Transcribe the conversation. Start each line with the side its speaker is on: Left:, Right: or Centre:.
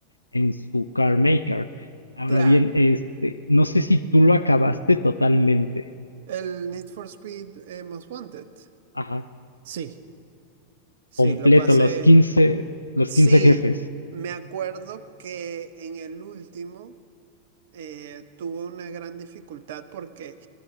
Left: en su car maker. Ahora
Right: Claro,
Left: bien, este, no sé si tú lo acabaste totalmente,
Right: el Need for Speed eh, Most Wanted.
Left: ajá,
Right: Sí, sí,
Left: completo,
Right: lo pasé.
Left: los quince los
Right: Sí,
Left: quince jefes.
Right: me acuerdo que en el último eh, tuve una gran dificultad porque